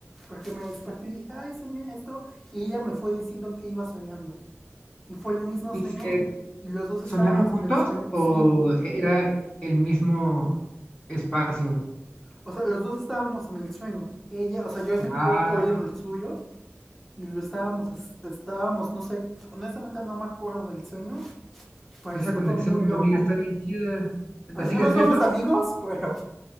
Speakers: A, in the centre; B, on the left.
A: Porque me desperté y dije, ay, soñé esto. Y ella me fue diciendo que iba soñando. Y fue el mismo
B: ¿Y
A: sueño.
B: se
A: Y los dos estábamos
B: soñaron juntos
A: en el sueño.
B: o
A: Sí.
B: era el mismo espacio?
A: O sea, los dos estábamos en el sueño. Ella, o sea, yo en
B: Wow.
A: mi cuerpo, ella en el suyo. Y lo estábamos, es- estábamos, no sé, honestamente no me acuerdo del sueño. Pero
B: Esa
A: sí
B: conexión
A: fue muy
B: con
A: loco.
B: tu amiga está bien chida. ¿La
A: O
B: sigues
A: sea, no
B: viendo?
A: somos amigos, pero.